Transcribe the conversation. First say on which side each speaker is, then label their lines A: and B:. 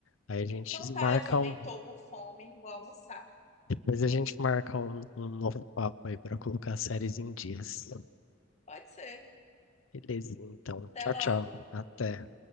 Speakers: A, on the left; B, on the left.
A: Aí a gente
B: Então tá,
A: marca
B: eu também
A: um,
B: tô com fome, vou almoçar.
A: Depois a gente marca um, um novo papo aí para colocar as séries em dias.
B: Pode ser.
A: Beleza, então.
B: Até
A: Tchau,
B: logo.
A: tchau. Até.